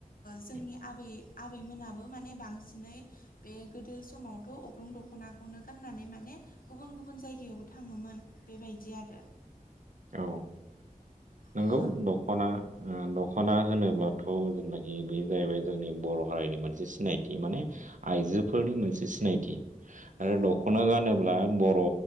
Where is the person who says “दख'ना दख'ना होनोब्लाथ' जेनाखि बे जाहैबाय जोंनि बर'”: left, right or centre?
Right